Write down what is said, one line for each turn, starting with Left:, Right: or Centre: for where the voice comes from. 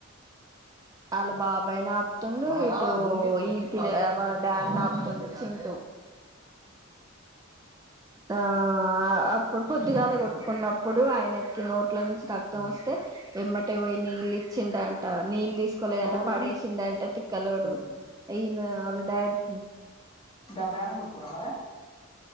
Right: ఆళ్ళ బాబైనప్తుండు ఓ ఈ పిల్ల ఆ వాళ్ల డాడ్ ఆప్తుండు చింటూ ఆ అప్పుడు పొద్దుగాల కొట్టుకున్నప్పుడు ఆయనకి నోట్ల నుంచి రక్తం వస్తే ఎమ్మట పోయి నీళ్ళు ఇచ్చింట నీళ్ తీస్ లేదంట
Left: ఎవరికి
Right: పడేసిండంట కలవడు ఏయినా అలా డాడ్కి
Left: దంతగానం గోట్కుర మరే